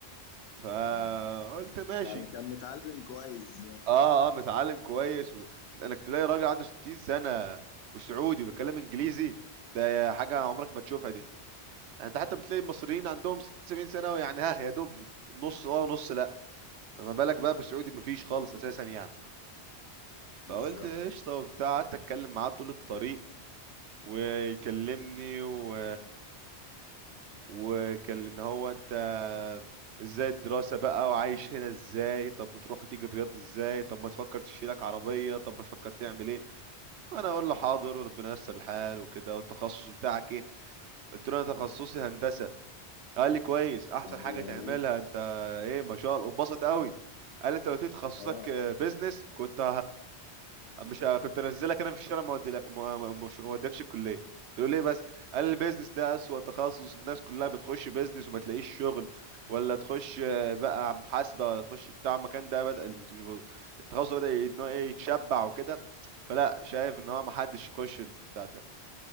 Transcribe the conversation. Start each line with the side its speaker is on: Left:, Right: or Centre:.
Right: فقلت
Left: اه
Right: ماشي
Left: يعني كان متعلم كويس يعني
Right: اه اه متعلم كويس و... انك تلاقي راجل عنده 60 سنة وسعودي وبيتكلم انجليزي ده حاجة عمرك ما تشوفها
Left: مم.
Right: دي يعني انت حتى بتلاقي المصريين عندهم 60 70 سنة ويعني ها يا دوب نص اه ونص لا فما بالك بقى بالسعودي مفيش خالص اساسا يعني
Left: بالظبط
Right: فقلت قشطة وبتاع قعدت اتكلم معاه طول الطريق ويكلمني و وكان ان هو انت ازاي الدراسة بقى وعايش هنا ازاي طب بتروح وتيجي الرياض ازاي طب ما تفكر تشيلك عربية طب ما تفكر تعمل ايه وانا اقول له حاضر وربنا ييسر الحال وكده والتخصص بتاعك ايه قلت له انا تخصصي هندسة قال لي كويس احسن
Left: اه
Right: حاجه تعملها انت ايه ما شاء الله وبسط قوي قال لي انت لو قلت لي تخصصك
Left: اه
Right: بيزنس كنت ه... مش ه... كنت انزلك انا في الشارع ما اوديلك ما ما- مش ما اوديكش الكليه تقول ليه بس قال لي البيزنس ده اسوأ تخصص الناس كلها بتخش بيزنس وما تلاقيش شغل ولا تخش آه، بقى محاسبه ولا تخش بتاع المكان ده بدأ ال- التخصص ده بدأ ان هو ايه يتشبع وكده فلا شايف ان هو ما حدش يخش البتاع ده